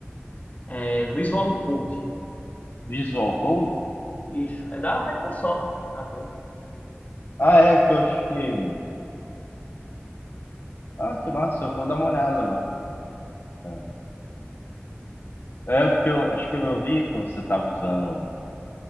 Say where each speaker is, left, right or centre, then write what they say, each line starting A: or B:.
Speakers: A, on the left; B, on the left.
A: É Visual Code.
B: Visual Code?
A: Isso, é da Microsoft até.
B: Ah, é, que eu acho que. Ah, que massa, eu vou dar uma olhada, mano. É, É, porque eu acho que eu vi quando você tava usando